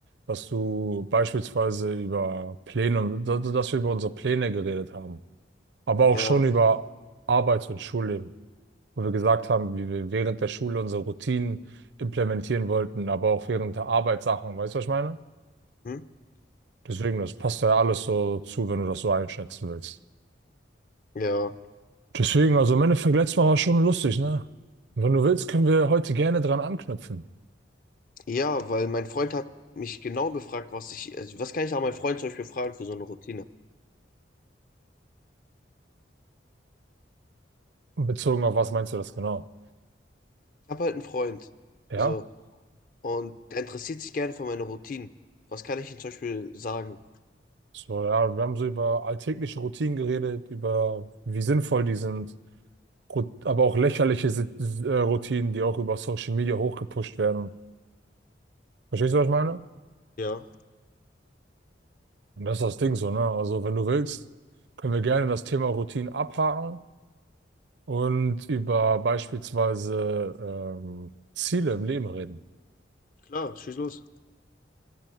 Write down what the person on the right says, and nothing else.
dass du beispielsweise über Pläne, dass dass wir über unsere Pläne geredet haben. aber auch
schon über Arbeits- und Schulleben, wo wir gesagt haben, wie wir während der Schule unsere Routinen implementieren wollten, aber auch während der Arbeitssachen. Weißt du, was ich meine?
Deswegen, das passt ja alles so zu, wenn du das so einschätzen willst.
Deswegen, also im Endeffekt, letztes Mal war schon lustig, ne? Und wenn du willst, können wir heute gerne dran anknüpfen.
Bezogen auf was meinst du das genau?
Ja?
So, ja, wir haben so über alltägliche Routinen geredet, über wie sinnvoll die sind, Ru- aber auch lächerliche Si- äh, Routinen, die auch über Social Media hochgepusht werden Verstehst du, was ich meine?
Und das ist das Ding so, ne? Also, wenn du willst, können wir gerne das Thema Routinen abhaken und über beispielsweise ähm, Ziele im Leben reden.